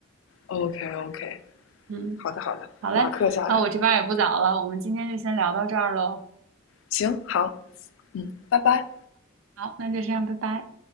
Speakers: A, on the left; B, on the right.
A: OK OK，
B: 嗯，
A: 好的好的，
B: 好嘞，
A: 马克下来。
B: 那我这边儿也不早了，我们今天就先聊到这儿喽。
A: 行，好，嗯，拜拜。
B: 好，那就这样，拜拜。